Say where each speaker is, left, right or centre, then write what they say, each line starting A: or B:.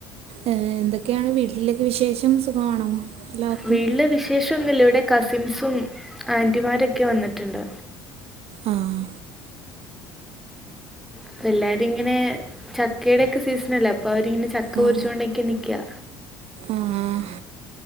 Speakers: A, on the right; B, in the centre.
A: ഏ എന്തൊക്കെയാണ് വീട്ടിലേ ക്കേ വിശേഷം സുഖമാണോ? എല്ലാവർക്കും
B: വീട്ട്ല് വിശേഷം ഒന്നുമില്ല ഇവിടെ കസിൻസും ആന്റിമാരൊക്കെ വന്നിട്ടുണ്ട്
A: ആഹ്
B: അപ്പ എല്ലാരും ഇങ്ങനെ ചക്കയുടെക്കെ സീസണല്ലേ അപ്പൊ അവരിങ്ങനെ ചക്ക
A: ആ
B: പൊരിച്ചുകൊണ്ടക്കെ നിക്ക്യാ
A: ആ